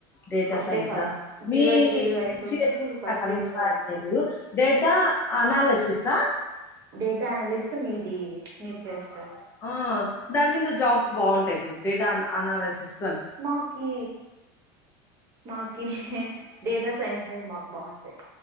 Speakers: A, on the left; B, on the right.
A: డేటా
B: అప్పుడే
A: సైన్సా
B: ఫస్ట్
A: మీసి
B: జీరో ఎయిత్ రివ్యూ అయిపోయింది ఫస్ట్
A: నా <unintelligible>
B: రివ్యూ అయిపోయింది
A: డేటా అనాలస్ తీసా
B: డేటా అనాలస్ట్ మీది మీరు చేస్తారు
A: ఆ దాని మీద జాబ్స్ బాగుంటాయి చూడు డేటా అనాలసిస్
B: మాకి మాకి డేటా సైన్స్ మీద మాకు బాగుంటాయి